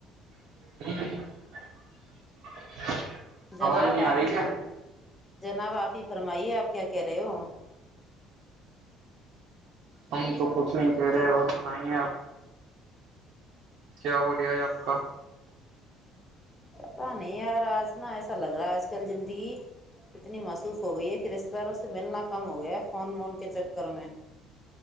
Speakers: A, on the right; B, on the left.
A: <unintelligible> <inaudible> آواز
B: جناب
A: نہیں
B: آبھی
A: آ رہی کیا
B: جناب آبھی فرمائیے آپ کیا کہہ رہے ہو
A: ہم تو کچھ نہیں کہہ رہے اور سنائیے آپ کیا ہو رہیا ہے آپ کا
B: پتہ نہیں یار آج ن ایسا لگ رہا ہے آج کل زندگی اتنی مصوف ہو گئی ہے کہ رشتتے داروں سے ملنا کم ہو گیا ہے فون وون کے چکر میں